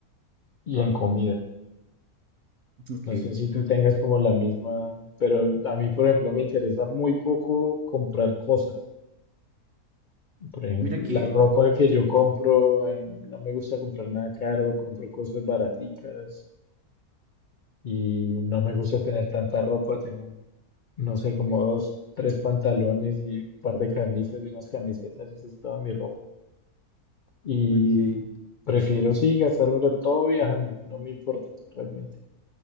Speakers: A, on the left; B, on the right.
A: y en comida.
B: ok.
A: No sé si tú tengas como la misma, pero a mí, por ejemplo, me interesa muy poco comprar cosas. Por ejemplo,
B: mira que...
A: la ropa que yo compro, eh, no me gusta comprar nada caro, compro cosas baraticas y no me gusta tener tanta ropa. Tengo, no sé, como dos, tres pantalones y un par de camisas y unas camisetas, esa es toda mi ropa. Y
B: Ok,
A: prefiero sí gastármelo todo viajando, no me importa realmente.